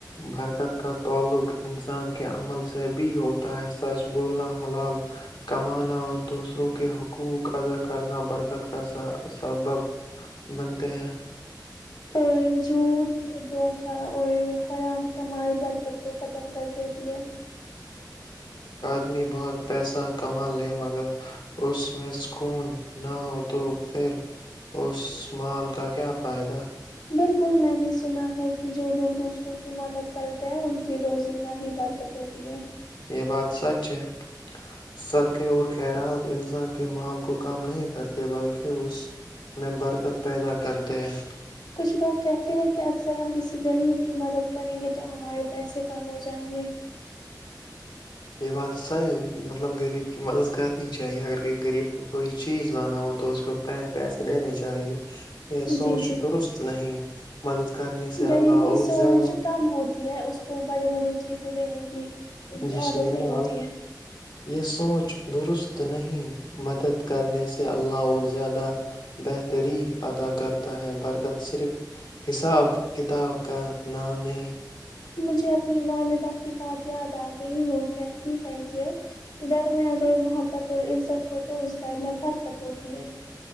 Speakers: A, on the left; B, on the left.
A: برکت کا تعلق انسان کے عمل سے بھی ہوتا ہے سچ بولنا حلال کمانا اور دوسروں کے حقوق ادا کرنا برکت کا سبب بنتے ہیں
B: اور جھوٹ دھوکا اور حرام کمائی برکت کو ختم کر دیتی ہے
A: آمی بہت پیسہ کما لے مگر اس میں سکون نہ ہو تو پھر اس مال کا کیا فائدہ
B: بالکل میں نے سنا ہے کہ جو لوگ دوسروں کی مدد کرتے ہیں ان کی روزینہ بھی برکت ہوتی ہے
A: یہ بات سچ ہے صدقے اور خیرات انسان کے مال کو کم نہیں کرتے بلکہ اس میں برکت پیدا کرتے ہیں
B: کچھ لوگ کہتے ہیں کہ اکثر ہم کسی غریب کی مدد کریں گے تو ہمارے پیسے کم ہو جائیں گے
A: یہ بات صحیح ہے مطلب غریب کی مدد کرنی چاہیے اگر غریب کو کوئی چیز لانا ہو تو اس کو پیسے دینے چاہیے یہ سوچ
B: جی جی
A: درست نہیں مدد کرنے سے
B: غریب
A: الللہ
B: کی
A: اور
B: سوچ
A: زیادہ
B: کم ہوتی ہے اس کو بڑے بڑے چیزیں لینے کی
A: جی
B: عادت
A: سنیے
B: نہیں
A: نا
B: ہوتی
A: آپ
B: ہے
A: یہ سونچ درست نہیں مدد کرنے سے اللہ اور زیادہ بہتری ادا کرتا ہے برکت صرف حساب کتاب کا نام نہیں
B: مجھے اپنی والدہ کی بات یاد آ گئی وہ کہتی ہے کہ گھر میں اگر محبت اور عزت ہو تو اس گھر میں برکت ہوتی ہے